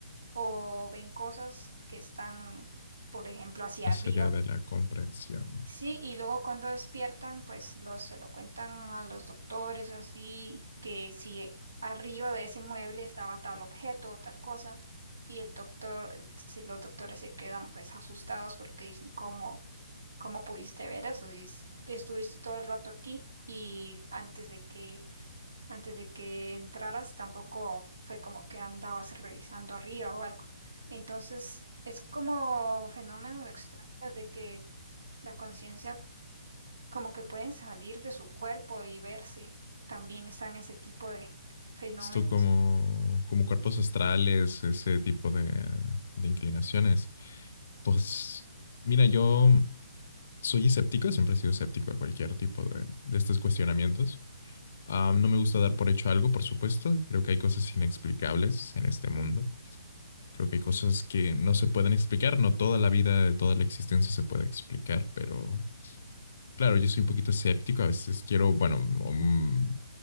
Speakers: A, on the right (about 75°); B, on the left (about 55°).
A: o ven cosas que están, por ejemplo, hacia
B: Más
A: arriba.
B: allá de la comprensión.
A: Sí, y luego cuando despiertan, pues los, se lo cuentan a los doctores, así que si arriba de ese mueble estaba tal objeto o tal cosa, y el doctor, eh, si los doctores se quedan pues asustados porque dicen, ¿cómo, cómo pudiste ver eso? Si es- estuviste todo el rato aquí y antes de que, antes de que entraras tampoco fue como que andabas revisando arriba o algo. Entonces, es como fenómenos extraños de que la conciencia como que pueden salir de su cuerpo y verse. También están ese tipo de fenómenos.
B: Esto como, como cuerpos astrales, ese tipo de, de inclinaciones. Pues mira, yo soy escéptico, siempre he sido escéptico a cualquier tipo de, de estos cuestionamientos. Ah, no me gusta dar por hecho algo, por supuesto. Creo que hay cosas inexplicables en este mundo. Creo que hay cosas que no se pueden explicar. No toda la vida, toda la existencia se puede explicar, pero claro, yo soy un poquito escéptico. A veces quiero, bueno, mm,